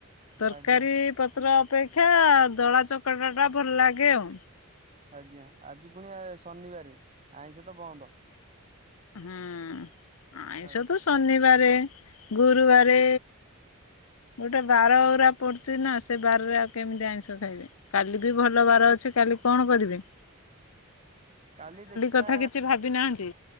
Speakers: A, on the left (about 85°); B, on the right (about 30°).
A: ତରକାରୀ
B: ଆଜ୍ଞା
A: ପତ୍ର ଅପେକ୍ଷା ଦଳା ଚକଟା ଟା ଭଲ ଲାଗେ ଆଉ।
B: ଆଜ୍ଞା, ଆଜି ପୁଣି ଆ ଶନିବାରେ ଆଇଁଷ ତ ବନ୍ଦ।
A: ହୁଁ, ଆଇଁଷ
B: ଆଜ୍ଞା
A: ତ ଶନିବାରେ, ଗୁରୁବାରେ ଗୋଟେ ବାରଉରା ପଡୁଛି ନା, ସେ ବାରରେ ଆଉ କେମିତି ଆଇଁଷ ଖାଇବେ। କାଲିବି ଭଲ
B: ଆଜ୍ଞା
A: ବାର ଅଛି, କାଲି କଣ କରିବି?
B: କାଲି ଦେଖିବା
A: କଥା କିଛି ଭାବି ନାହାନ୍ତି